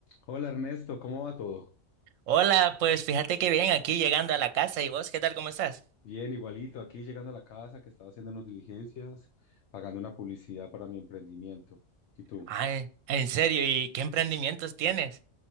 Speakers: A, on the left (about 60°); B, on the right (about 70°).
A: Hola Ernesto, ¿cómo va todo?
B: Hola, pues fíjate que bien, aquí llegando a la casa. ¿Y vos qué tal? ¿Cómo estás?
A: Bien, igualito, aquí llegando a la casa que estaba haciendo unas diligencias, pagando una publicidad para mi emprendimiento. ¿Y tú?
B: Ah, en serio, ¿y qué emprendimientos tienes?